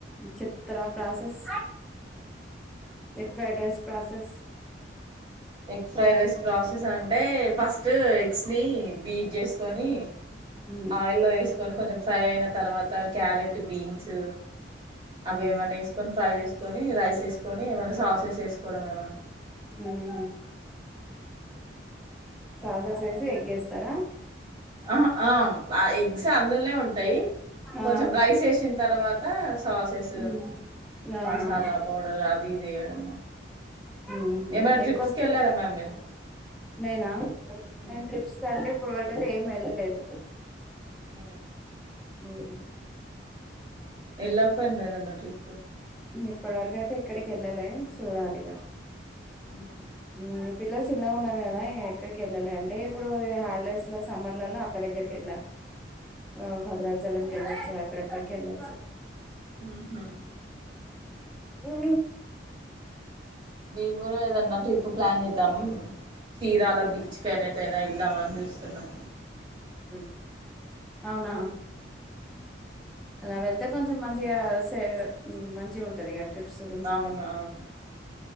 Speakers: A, in the centre; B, on the right (about 25°).
A: చెప్తారా process egg fried rice process
B: egg fried rice process అంటే ఫస్ట్ ఎగ్స్ నీ బీట్ జేసుకొని
A: ఉమ్
B: ఆయిల్లో ఏసుకొని కొంచెం ఫ్రై అయిన తర్వాత త క్యారెట్ బీన్స్ అవేవన్నా
A: ఉమ్
B: ఏసుకొని ఫ్రై జేసుకొని రైస్ ఏసుకొని మే ఏమన్నా సాస్స్ ఏసుకోవడం ఏమన్
A: ఉమ్ సాస్స్ ఏసి ఎగ్గేస్తారా
B: ఆహా ఆ ఆ ఎగ్స్ అందుల్నే ఉంటాయి కొంచెం
A: ఆ
B: రైస్ ఏసిన్ తర్వాత త్త సాస్స్
A: ఉమ్ ఆహా
B: మసాలా పౌడర్ అది ఇది ఏయడం
A: ఉహు
B: ఏమన్నా ట్రిప్స్కి
A: ఎక్కువ
B: వెళ్లారా మామ్ మీరు
A: నేనా నేన్
B: మ్మ్
A: ట్రిప్స్ కంటే ఇప్పడి వరకు అయితే ఏం ఏళ్లలేదు
B: మ్మ్
A: ఉమ్
B: ఎళ్లకపోయిన్రు ఏదన్నా ట్రిప్
A: ఇప్పడి వరకేయితే ఎక్కడికి ఏళ్లలే చూడాలిగా
B: ఉమ్మ్
A: ఉమ్మ్ ఈ పిల్లలు చిన్నగా ఉన్నారు గదా ఇక ఎక్కడికి వెళ్లాలే అంటే ఇప్పుడు హాలిడేస్ ల సమ్మర్ల అక్క దెగ్ దెగ్గరికేళ్ళాం ఆ భద్రాచలంకేళ్ళొచ్చు అక్కడక్కడికి ఏళ్ళచ్చ
B: ఉమ్ హు
A: ఉ
B: మేము గూడ ఏదన్నా ట్రిప్ ప్లాన్ చేద్దాం చీరాల బీచ్ కైన ఏటైనా ఏళ్ ద్దాం అని జూస్తున్నాం
A: ఉ అవునా అలా వెళ్తే కొంచెం మంచిగా సే మంచి గుంటది గట్ ట్రిప్స్ కొంచెం
B: అవును అవును